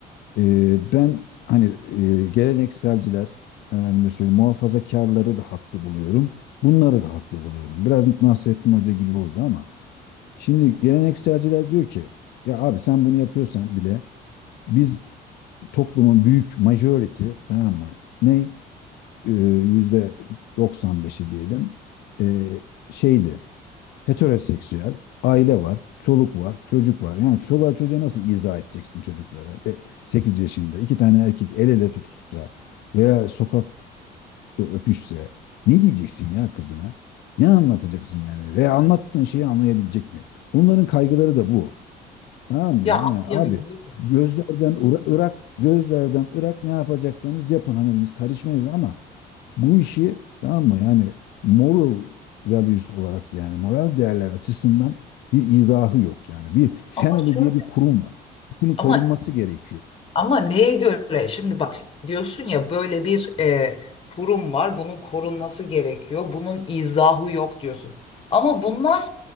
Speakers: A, on the left; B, on the left.
A: e, ben hani e, gelenekselciler, efendime söyleyeyim, muhafazakarları da haklı buluyorum. Bunları da haklı buluyorum. Biraz Nasrettin Hoca gibi oldu ama şimdi gelenekselciler diyor ki, ya abi sen bunu yapıyorsan bile biz toplumun büyük majority, tamam mı? Ne? E, yüzde 95'i diyelim. E, şeyli heteroseksüel, aile var, çoluk var, çocuk var. Yani çoluğa çocuğa nasıl izah edeceksin çocuklara? 8 yaşında iki tane erkek el ele tutuşsa veya sokakta öpüşse ne diyeceksin ya kızına? Ne anlatacaksın yani? Veya anlattığın şeyi anlayabilecek mi? Onların kaygıları da bu. Tamam mı?
B: Ya
A: Yani
B: anlayabiliyorum.
A: abi gözlerden Ira- Irak, gözlerden Irak ne yapacaksanız yapın. Hani biz karışmayız ama bu işi tamam mı? Yani moral values olarak yani moral değerler açısından bir izahı yok yani. Bir family
B: Ama şöyle.
A: diye bir kurum var. Bunun
B: Ama
A: korunması gerekiyor.
B: ama neye göre? Şimdi bak diyorsun ya böyle bir e, kurum var. Bunun korunması gerekiyor. Bunun izahı yok diyorsun. Ama bunlar